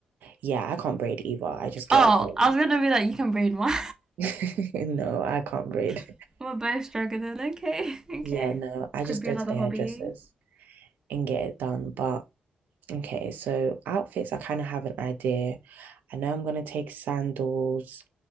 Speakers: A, on the right; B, on the right.
A: yeah, I can't braid either. I just get
B: Oh,
A: it. done.
B: I was gonna be like, you can braid one.
A: <laughs> No, I can't braid.
B: <laughs> We're both struggling. Okay, <laughs> okay.
A: Yeah, no, I
B: Could
A: just
B: be
A: go
B: another
A: to the hairdressers
B: hobby.
A: and get it done. But okay, so outfits, I kind of have an idea. I know I'm gonna take sandals.